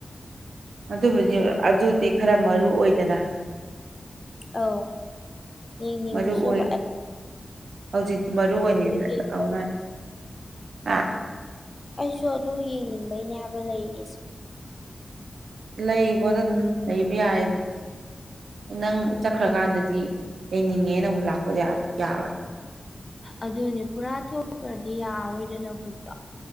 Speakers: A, on the right; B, on the left.
A: ꯑꯗꯨꯕꯨꯗꯤ ꯑꯗꯨꯗꯤ ꯈꯔ ꯃꯔꯨ ꯑꯣꯏꯗꯅ
B: ꯑꯧ ꯌꯦꯡꯅꯤꯡꯕꯁꯨ
A: ꯃꯔꯨ ꯑꯣꯏ
B: ꯑꫭꯏꯕ
A: ꯍꯧꯖꯤꯛꯇꯤ ꯃꯔꯨ ꯑꯣꯏꯅ
B: ꯌꯦꯡꯕꯩ
A: ꯂꯧꯅꯔꯦ ꯑꯥ
B: ꯑꯩꯁꯨ ꯑꯗꯨ ꯌꯦꯡꯅꯤꯡꯕꯩꯅꯦ ꯍꯥꯏꯕ ꯂꯩꯔꯤꯁꯦ
A: ꯂꯩꯒꫭꯗ ꯑꯗꯨꯝ ꯂꯩꯕ ꯌꯥꯏꯕꯒꯤ ꯅꯪ ꯆꯠꯈ꯭ꯔꯀꯥꯟꯗꯗꯤ ꯂꯩꯅꯤꯡꯉꯦꯅ ꯑꯃꯨꯛ ꯂꯥꯛꯄ ꯌꯥ ꯌꯥꯔꯣꯏ
B: ꯑꯗꯨꯅꯦ ꯄꯨꯔꯥ ꯊꯣꯛꯈ꯭ꯔꯗꯤ ꯌꯥꯔꯣꯏꯗꯅ ꯑꯩꯈꯣꯏ